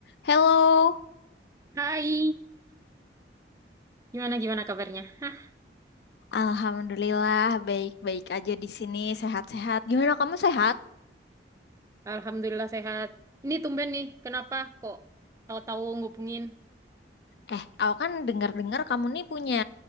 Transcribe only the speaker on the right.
Hai, gimana gimana kabarnya? Hah,
alhamdulillah sehat. Ini tumben nih, kenapa kok tahu-tahu ngubungin?